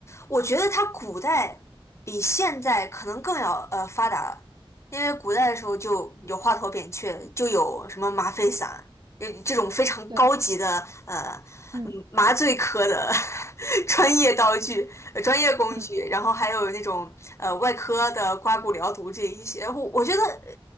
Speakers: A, on the left; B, on the right.
A: 我觉得它古代比现在可能更要呃发达了因为古代的时候就有华佗扁鹊，就有什么麻沸散，呃这种非常高级的呃嗯麻醉科的
B: 对，嗯
A: <laughs> 专业道具、呃专业工具，
B: 嗯，
A: 然后还有那种呃外科的刮骨疗毒这一些，我我觉得呃